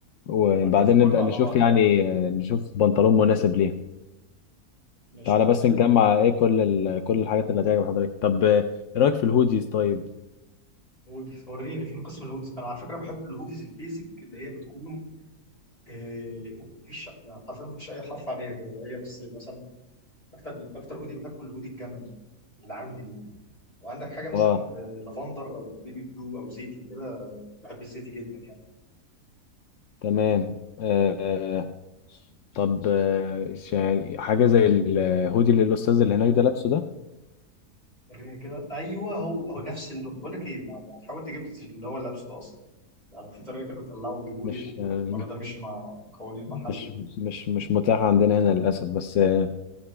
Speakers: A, on the left; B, on the left.
A: وبعدين
B: هشوف كله
A: نبدأ نشوف
B: على بعضه
A: يعني آه، نشوف بنطلون مناسب ليه
B: ماشي
A: تعالى
B: حلو
A: بس
B: التيشيرت
A: نجمع
B: ده
A: ايه كل ال... كل الحاجات اللي هتعجب حضرتك طب آه، ايه رأيك في الهوديز طيب
B: هودي وريني فين قسم الهوديز انا على فكره بحب الهوديز البيزك اللي هي بتكون آه، مفيش يعني حرفيا مفيش اي حرف عليها كده هي بس مثلا اكتر اكتر هودي بحبه الهودي الجملي اللي عندي ده وعندك حاجه مثلا
A: اه
B: آه، لافندر او بيبي بلو او زيتي كده بحب الزيتي جدا يعني
A: تمام آه طب آه شا- حاجة زي الهودي اللي الأستاذ اللي هناك ده لابسه ده
B: وريني كده ايوه هو هو نفس اللون بقول لك ايه ما ما تحاول تجيب لي اللي هو لابسه ده اصلا يعني في طريقه كده تقلعه وتجيبه
A: مش
B: لي ولا
A: آه
B: ولا ده مش مع مكونين محله
A: مش مش مش متاح عندنا هنا للأسف بس آه